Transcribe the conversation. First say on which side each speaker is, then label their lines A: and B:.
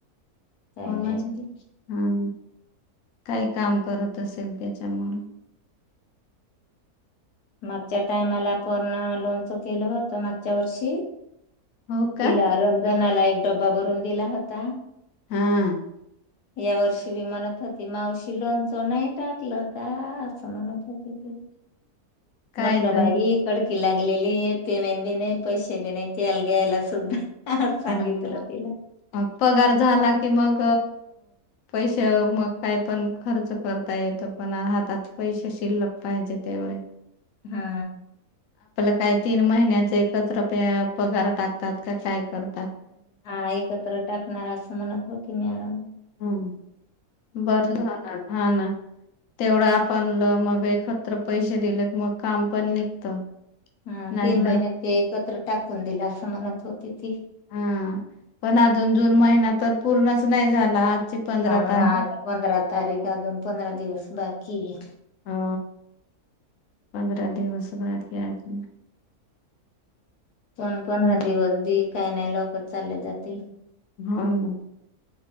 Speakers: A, on the left; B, on the left.
A: काय
B: होणाच
A: नाही
B: हा काही काम करत असेल त्याच्यामुळे
A: मागच्या टायमाला आपण लोनच केलं होत मागच्या वर्षी
B: हो का
A: तिला रमजनाला एक डब्बा भरून दिला होता
B: हम
A: या वर्षी बी म्हणत होती मावशी लोणचं नाही टाकलं का असं म्हणत नाय तर काय
B: काय
A: म्हटलं
B: तर
A: बाई कडकी लागलेली पेमेंट बी नाही पैसे बी नाही तेल घ्यायला सुद्धा आज सांगितलं
B: हा मग
A: तिला
B: पगार झाला की मग पैसे मग काय पण खर्च करता येत पण हातात पैसे शिल्लक पाहिजे ज्या त्या वेळी
A: हा
B: काही तीन महिन्याचे एकत्र प पगार टाकतात का काय करत
A: हा एकत्र टाकणार असं म्हणत होती म्हणून
B: हम बर जाणार हा ना तेवढं आपण ल मग एकत्र पैसे दिले क मग काम पण निघत
A: हम
B: नाहीतर
A: तीन महिन्यां ते एकत्र टाकून दिल असं म्हणत होती ती
B: हा पण अजून जून महिना तर पूर्णच नाही झाला पंधरा
A: ह
B: तारीख
A: आज पंधरा तारीख अजून पंधरा दिवस बाकीये
B: हो पंधरा दिवस भेटले आजून
A: पण पंधरा दिवस बी काही नाही लवकर चालले जातील
B: हो ना